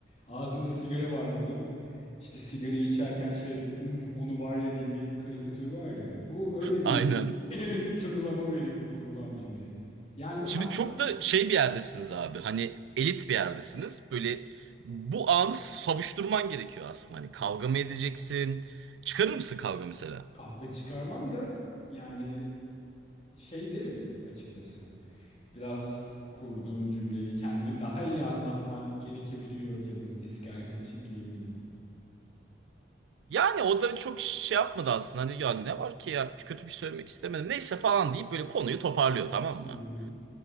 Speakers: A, on the left; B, on the right.
A: ağzında sigara var lavun işte sigarayı içerken şey diyor "Üm, onu var ya diye bir karikatür var ya bu öyle
B: <laughs> Aynen.
A: bir <laughs> tınılama veriyor bu kurulan cümle. Yani
B: Şimdi
A: aslında
B: çok da şey bir yerdesiniz abi. Hani elit bir yerdesiniz. Böyle bu anı savuşturman gerekiyor aslında. Hani kavga mı edeceksin? Çıkarır mısın kavga mesela?
A: kavga çıkarmam da yani şey derim açıkçası biraz kurduğun cümleyi kendini daha iyi anlatman gerekebiliyor canım eski arkadaşım diyebilirim.
B: Yani o da çok şey yapmadı aslında. Hani ya ne var ki ya kötü bir şey söylemek istemedim. Neyse falan deyip böyle konuyu toparlıyor tamam mı?
A: Hı hı.